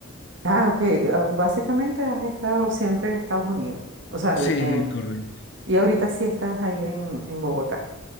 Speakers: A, on the right; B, on the left.
A: Ah, ok. Ah, Básicamente has estado siempre en Estados Unidos. O sea,
B: Sí,
A: el- en-
B: sí, correcto.
A: y ahorita sí estás ahí en, en Bogotá,